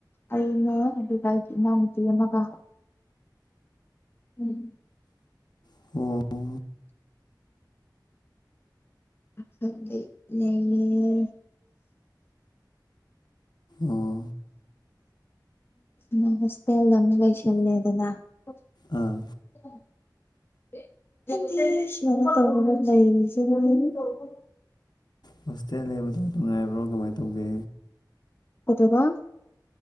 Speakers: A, on the left (about 30°); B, on the left (about 65°).
A: ꯑꯩꯅꯦ ꯑꯗꯨꯒ ꯏꯅꯥꯎꯅꯨꯄꯤ ꯑꯃꯒ ꯎꯝ
B: <unintelligible>
A: <unintelligible> ꯂꯩꯌꯦ
B: ꯑꯣ
A: ꯅꯣꯏ ꯍꯣꯁꯇꯦꯜꯗ ꯃꯤ ꯂꯩꯁꯟꯂꯦꯗꯅ <unintelligible>
B: ꯑꯥ
A: <unintelligible> <unintelligible>
B: ꯍꯣꯁꯇꯦꯜ ꯂꯩꯕꯗꯣ ꯅꯨꯡꯉꯥꯏꯕ꯭ꯔꯣ ꯀꯃꯥꯏ ꯇꯧꯒꯦ
A: <unintelligible>